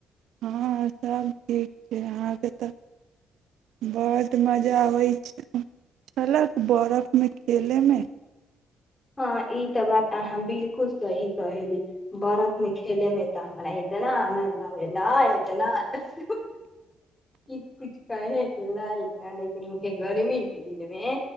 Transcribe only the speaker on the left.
हँ ई तऽ बात अहाँ बिलकुल सही कहेली बरफमे खेलेमे तऽ हमरा इतना आनन्द आबे ला इतना आनन्द ई कुछ कहे के लाइक न रहि गेलै उहे गर्मी के दिन मे